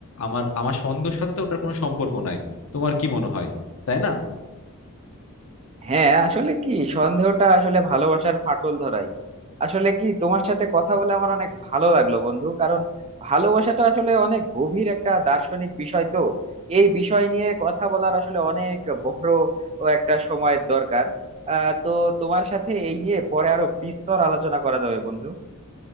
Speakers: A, on the left; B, on the right.
A: আমার আমার সন্দেহের সাথে তো ওটার কোনো সম্পর্ক নাই তোমার কি মনে হয় তাই না
B: হ্যাঁ আসলে কি সন্দেহটা আসলে ভালোবাসার ফাটল ধরায় আসলে কি তোমার সাথে কথা বলে আমার অনেক ভালো লাগলো বন্ধু কারণ ভালোবাসাটা আসলে অনেক গভীর একটা দার্শনিক বিষয় তো এই বিষয় নিয়ে কথা বলার আসলে অনেক বড় ও একটা সময়ের দরকার আহ তো তোমার সাথে এই নিয়ে পরে আরো বিস্তর আলোচনা করা যাবে বন্ধু